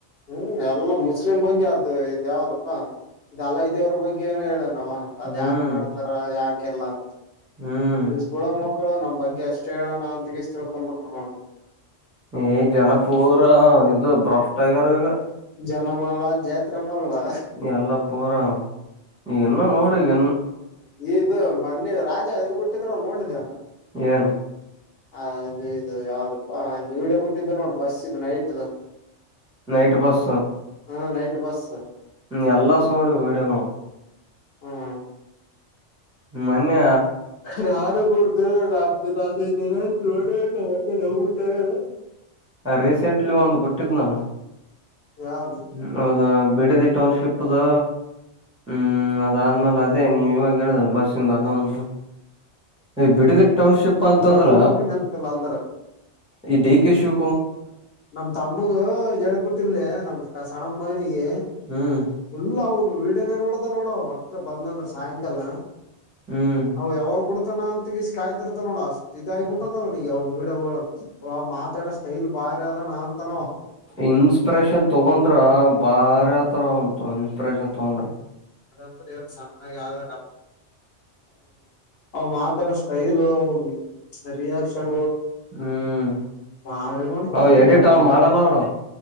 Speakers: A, on the left; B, in the centre.
A: -ಹ್ಮ್ -ಎಲ್ಲ ಮುಸ್ಲಿಂ ಬಗ್ಗೆ ಅದು. ಯಾವ್ದಪ್ಪಾಲ್ಲ ಇದೇವ್ರ ಬಗ್ಗೆ ಏನ ಹೇಳ ಅದ್
B: ಹ್ಮ್
A: ಯಾಕ ಮಾಡ್ತಾರ ಯಾಕ ಎಲ್ಲಕುಳೋ
B: ಹ್ಮ್
A: ಮಕ್ಕಳು ನಮ್ ಬಗ್ಗೆ ಅಷ್ಟ ಹೇಳ ನಾ ಅಂತಗಷ್ಟ ತಿಳ್ಕೊಂಡ್ಬಿಟರು ನ
B: ಈ ಜನಪುರ ಇದು ಭ್ರಷ್ಟಗರ್ ಈಗ
A: ಜನ ಮಾಡಲ್ಲ ಜಾತ್ರೆ ಮಾಡಲ್ಲ
B: ಎಲ್ಲಾ ಪರ ಈಗ ಇನ್ನು ನೋಡಿ ಈಗ
A: ಇದು ಮನ್ನಿ ರಾಜ ಎದ್ ಬಿಟ್ಟಿದ್ರ ನೋಡಿದನ
B: ಏನು
A: ಹ ಇದು ಇದು ಯಾವ್ದಪ್ಪ ಇದು ಇಡ ಬಿಟ್ಟಿದ್ದ ನೋಡ್ರಿ ಬಸ್ ಇದು ನೈಟ್
B: ನೈಟ್ ಬಸ್
A: ಹಾ ನೈಟ್ ಬಸ್
B: ಹ್ಮ್ ಎಲ್ಲ ಸೋಡು ವೀಡಗಳುು
A: ಹ್ಮ್
B: ಮನ್ಯ
A: ರಾರ ಬರ್ದ ರಾತ್ ರಾಾಗೈತೆನೆ ಚಲ್ಲ ನಟಲ್ಲ
B: ರೀಸೆಂಟ್ಲಿ ಒಂದು್ ಬಿುಟ್ಟಿದ್ದ್ ನಾನು
A: ಯಾವ್ದು
B: ಹ ಹೌದ ಬಿಡಿದಿ ಟೌನ್ಶಿಪ್ದು ಹ್ಮ್ ಅದಾದ್ಮೇಲೆ ಅದೇ ನೀವ ಇವಾಗ ಹೇಳುದಲ್ಲ ಬಸ್ಿಂದ ಅದ ಒಂದು ್ ಬಿಡದಿ ಟೌನ್ಶಿಪ್ ಅಂತಂದ್ರ
A: ನೋಡಿರ್ಬೇಕು ನೆನ್ಪಿಲ್ಲ ಅಂದ್ರ
B: ಈ ಡಿ ಕೆ ಶಿವ
A: ನಮ್ ತಮ್ಮಗೂ ಜಡಿ ಪುಟ್ಟಿರ್ಲ ನಮ್ ಸಣ್ಣ ಮಗನಿಗೆ
B: ಹ್ಮ್
A: ಫುಲ್ಲ ಅವನು ವೀಡನ ನೋಡದ ನೋಡ ಹತ್ರ ಬಂದಂದ್ರ ಸಾಯಂಕಾಲ
B: ಹ್ಮ್
A: ಹ ಯಾವಾಗ್ ಬಿಡ್ತಾನ ಅಂತ ್ತಿರ್ತ ನೋಡ ಅಷ್ಟ ಇದ ಆಗಬಿಟ್ಟದ ಅವ್ಡ ಮಾತಾಡೋ ಸ್ಟೈಲ್ ಬಾರಿ ಅದಣ ಅಂತನವ
B: ಇನ್ಸ್ಪಿರೇಷನ್ ತಗೊಂಡ್ರ ಬಾರಿ ಆತರ ಉಂಟು ಆಪರೇಷನ್ ತೊಂದರೆ
A: ಅಂದ್ರೆ ಒ್ ಸಣ್ಣಗೆ ಆಗಲ್ಲ ಅವ ಮಾತಾಡ ಸ್ಟೈಲು ಅವ ರಿಯಾಕ್ಷನ್
B: ಹ್ಮ್
A: ಭಾರಿ ಮಾಡ್ತಾನ
B: ನ ಎಡಿಟಾವ
A: ಅವನಯ್ತ
B: ಮಾಡಲ್ಲ ಅವಡ